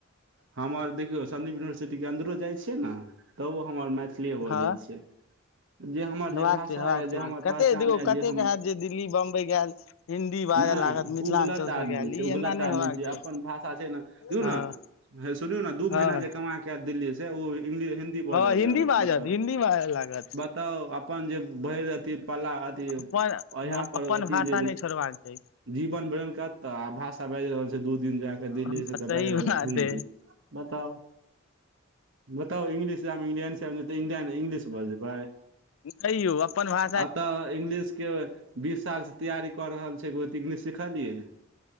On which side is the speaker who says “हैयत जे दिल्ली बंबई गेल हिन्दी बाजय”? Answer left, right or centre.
Left